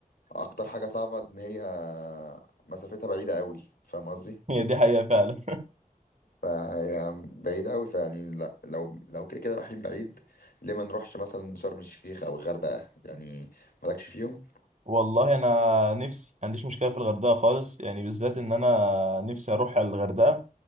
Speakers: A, on the left; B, on the right.
A: اكتر حاجه صعبه ان هي مسافتها بعيده قوي فاهم قصدي
B: <laughs> هي دي حقيقه فعلا
A: فهي بعيده قوي فيعني لا لو لو كده كده رايحين بعيد ليه ما نروحش مثلا شرم الشيخ او الغردقه يعني مالكش فيهم
B: والله انا نفسي ما عنديش مشكله في الغردقه خالص يعني بالذات ان انا نفسي اروح على الغردقه